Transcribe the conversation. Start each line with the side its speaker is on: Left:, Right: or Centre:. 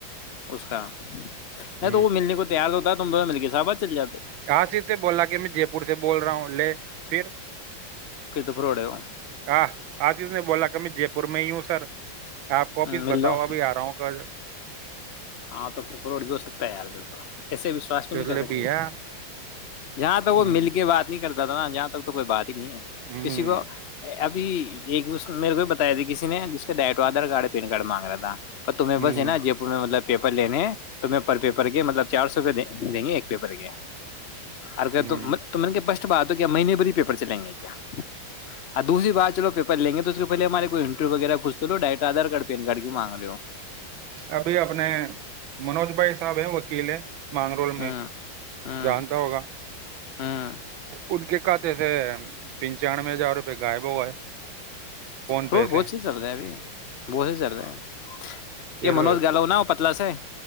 Left: اس کا نہیں
Right: ہ
Left: تو وہ ملنے کو تیار ہوتا تب مل گ صحب چل جا
Right: کاصر سے بولا کہ میں جے پور سے بول رہا ہوں لے <inaudible>
Left: پھر تو فراڈ ہے وہ
Right: ہاں آ چیز نہیں بولا کمی جے پور میں ہی ہوں سر آپ کوپ
Left: مل
Right: بتاؤ
Left: لو
Right: ابھی آ رہا ہوں کا
Left: ہاں تو پھر فوٹ جو ہو سکتا ہے یار پھر تو ایسے وشاس تو
Right: چلے
Left: نہیں کر سکتا
Right: بھی ہے
Left: جہاں
Right: ہ
Left: تک وہ مل کے بات نہیں کر نا جاں تک تو کوئی بات نہیں ہے
Right: ہ ہ
Left: کسی کو ابھی ایک میرے کو بتایا تھا کسی نے جس کا ڈائٹو آدھار کارڈ پین کارڈ مانگ رہا تھا تہ میں
Right: ہ
Left: بس ہے نا جے پور میں مطلب پیپر لینے ہیں تو میں پر پیپر کے مطلب چار سو روپئے دیں گے ایک پیپر کے اور
Right: ہ
Left: بس بات ہو کیا مہنے بھی ہی پیپر چلیں گے کیا اور دوسری بات چلو لیں گے تو اس پہے ہمارے کوئی انٹریو وغیرہ کھ تو لو ڈائٹدھارڈ پینارڈ کی مانگ رہے ہو
Right: ابھی اپنے منوج بھائی صاحب ہے وکیل ہے ول میں
Left: ہوں ہوں
Right: جانتا ہوگا ہاں
Left: ہوں
Right: ان کے کھات سے پنچانوے ہزار روپئے غائب ہو گئے فون
Left: فروٹ
Right: پے سے
Left: بہت سیز چل رہے ہیں ابھی بہت سی چل رہے ہیں
Right: پھر
Left: یہ موج گاالوؤنا ہو متلا سے ہے